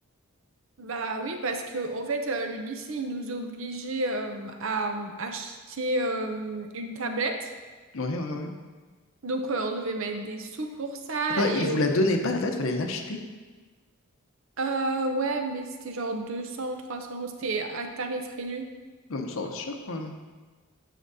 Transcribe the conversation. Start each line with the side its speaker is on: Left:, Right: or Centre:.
Right: Bah oui, parce que en fait, euh, le lycée, il nous obligeait euh, à euh, acheter euh, une tablette.
Left: Ouais, ouais, ouais.
Right: Donc, euh, on devait mettre des sous pour ça.
Left: Attends,
Right: Et
Left: il vous
Right: euh,
Left: la donnait pas la tête, fallait l'acheter.
Right: euh, ouais, mais c'était genre deux cents trois cents euros. C'était à tarif réduit.
Left: Comme ça reste cher quand même.